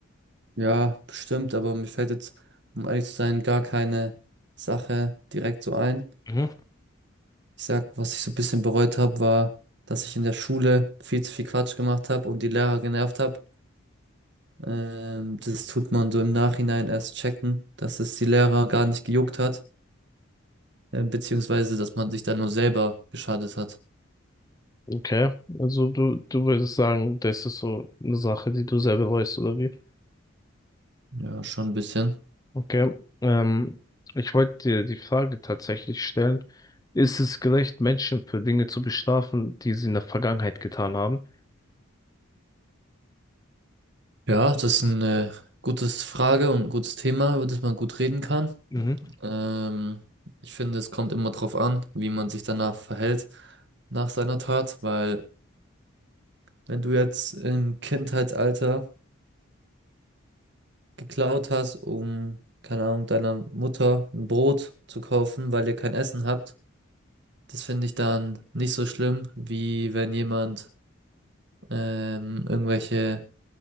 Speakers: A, on the right; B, on the left.
A: Ja, bestimmt, aber mir fällt jetzt, um ehrlich zu sein, gar keine Sache direkt so ein.
B: Mhm.
A: Ich sag, was ich so ein bisschen bereut habe, war, dass ich in der Schule viel zu viel Quatsch gemacht habe und die Lehrer genervt habe. Ähm, das tut man so im Nachhinein erst checken, dass es die Lehrer gar nicht gejuckt hat, äh, beziehungsweise, dass man sich dann nur selber geschadet hat.
B: Okay, also du, du würdest sagen, das ist so eine Sache, die du sehr bereust, oder wie?
A: Ja, schon ein bisschen.
B: Okay, ähm, ich wollte dir die Frage tatsächlich stellen. Ist es gerecht, Menschen für Dinge zu bestrafen, die sie in der Vergangenheit getan haben?
A: Ja, das ist eine gute Frage und ein gutes Thema, über das man gut reden kann.
B: Mhm.
A: Ähm, ich finde, es kommt immer drauf an, wie man sich danach verhält nach seiner Tat, weil wenn du jetzt im Kindheitsalter geklaut hast, um, keine Ahnung, deiner Mutter ein Brot zu kaufen, weil ihr kein Essen habt, das finde ich dann nicht so schlimm, wie wenn jemand ähm, irgendwelche